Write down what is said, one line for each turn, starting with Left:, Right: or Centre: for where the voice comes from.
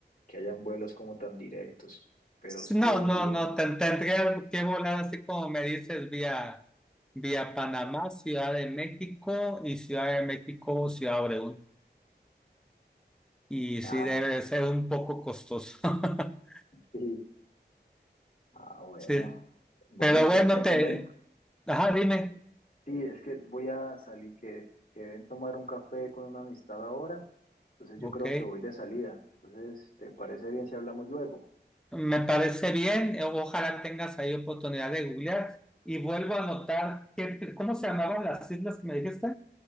Left: que hayan vuelos como tan directos, pero sí
Centre: No,
Left: se ve muy
Centre: no,
Left: lindo.
Centre: no, ten- tendría que volar así como me dices, vía, vía Panamá, Ciudad de México y Ciudad de México, Ciudad Obregón. Y
Left: Claro,
Centre: sí, debe de ser un poco costoso. <laughs>
Left: sí. Ah, bueno.
Centre: Sí,
Left: Bueno,
Centre: pero bueno,
Left: te, te comento,
Centre: te... Ajá, dime.
Left: Sí, es que voy a salir, que, que deben tomar un café con una amistad ahora, entonces yo
Centre: Ok.
Left: creo que voy de salida. Entonces, ¿te parece bien si hablamos luego?
Centre: Me parece bien, eh, ojalá tengas ahí oportunidad de googlear y vuelvo a anotar qué cómo se llamaban las islas que me dijiste.